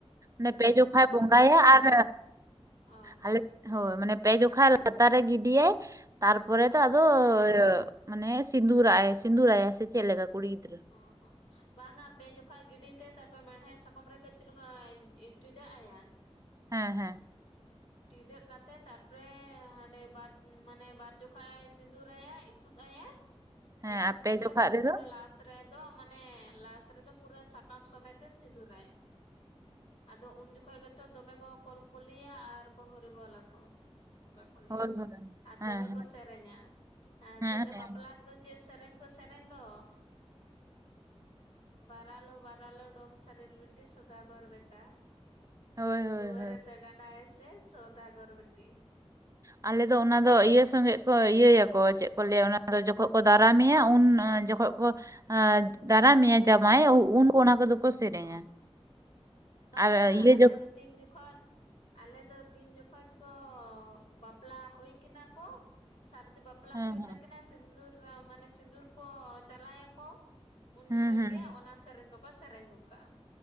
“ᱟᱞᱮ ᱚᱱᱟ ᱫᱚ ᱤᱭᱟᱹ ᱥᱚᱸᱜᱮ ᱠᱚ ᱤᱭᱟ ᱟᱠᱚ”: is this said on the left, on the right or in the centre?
Right